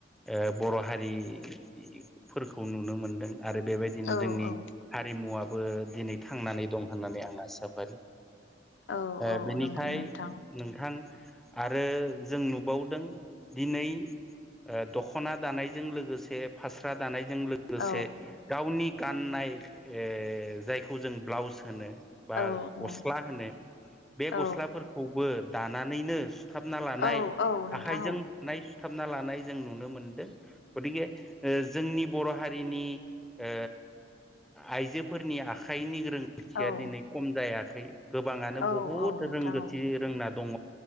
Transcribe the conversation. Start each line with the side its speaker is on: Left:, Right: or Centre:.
Centre: ओ बर' हारिफोरखौ नुनो मोनदों। आरो बेबायदिनो
Left: औ
Centre: जोंनि
Left: औ
Centre: हारिमुवाबो दिनै थांनानै दं होननानै आं आसा फारियो।
Left: औ
Centre: ओ
Left: औ
Centre: बेनिखाय
Left: नंगौ नोंथां
Centre: नोंथां आरो जों नुबावदों दिनै ओ दख'ना दानायजों लोगोसे फास्रा दानाय जों लोगोसे
Left: औ
Centre: गावनि गाननाय जायखौ जों ब्लाउस होनो बा
Left: औ
Centre: गस्ला
Left: औ
Centre: होनो बे
Left: औ
Centre: गस्लाफोरखौबो दानानैनो सुथाबना लानाय,
Left: औ औ नोंथां
Centre: आखाइजों
Left: औ
Centre: बानाय सुथाबना लानाय जों नुनो मोन दों गतिखे जोंनि बर' हारिनि ओ आइजोफोरनि आखाइनि रोंगोथिया
Left: औ
Centre: दिनै खम जायाखै गोबाङानो
Left: औ
Centre: बुहुद
Left: औ नोंथां
Centre: रोंगोथि रोंना दङ।